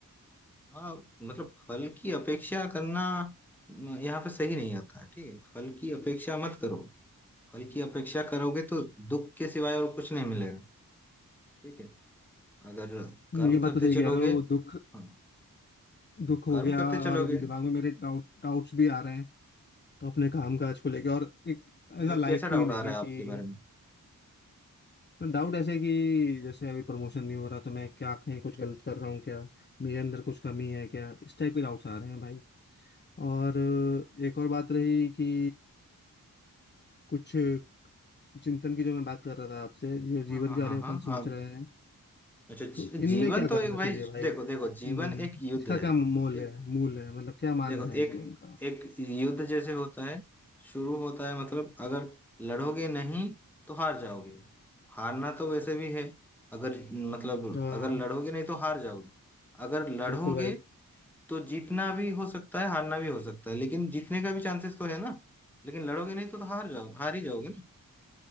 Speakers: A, in the centre; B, on the left.
A: हाँ, मतलब फल की अपेक्षा करना म, यहाँ पे सही नहीं आता है ठीक है फल की अपेक्षा मत करो फल की अपेक्षा करोगे तो दुख के सिवाय और कुछ नहीं मिलेगा ठीक है अगर कर्म
B: ये बात
A: करते
B: तो सही कह
A: चलोगे
B: रहे हो दुख
A: हाँ
B: दुख हो
A: कर्म
B: गया
A: करते चलोगे
B: और अभी दिमाग में मेरे डाउट डाउट्स भी आ रहे हैं अपने काम काज को लेके और एक
A: मतलब
B: एज लाइफ
A: कैसा डाउट
B: को ही लेके
A: आ रहा है आपके
B: कि
A: बारे में
B: डाउट ऐसे कि जैसे अभी प्रमोशन नहीं हो रहा तो मैं क्या कहीं कुछ गलत कर रहा हूँ क्या मेरे अंदर कुछ कमी है क्या इस टाइप के डाउट्स आ रहे हैं भाई और अ, एक और बात रही कि कुछ चिंतन की जो मैं बात कर रहा था आपसे जो
A: हाँ
B: जीवन
A: हाँ
B: के
A: हाँ
B: बारे में
A: हाँ
B: अपन
A: हाँ
B: सोच रहे हैं
A: अच्छा जी-
B: तो इनमें
A: जीवन
B: क्या
A: तो
B: करना
A: एक भाई
B: चाहिए भाई
A: देखो देखो जीवन
B: हम्म,
A: एक युद्ध
B: इसका
A: है
B: क्या मोल
A: ठीक
B: है
A: है
B: मूल है मतलब क्या मानना
A: देखो
B: है जीवन
A: एक
B: का
A: एक युद्ध जैसे होता है शुरू होता है मतलब अगर लड़ोगे नहीं तो हार जाओगे हारना तो वैसे भी है अगर मतलब
B: हाँ
A: अगर लड़ोगे नहीं तो हार जाओगे अगर लड़ोगे
B: बिल्कुल भाई
A: तो जीतना भी हो सकता है हारना भी हो सकता है लेकिन जीतने का भी चांसेस तो है ना लेकिन लड़ोगे नहीं तो, तो हार जाओ हार ही जाओगे ना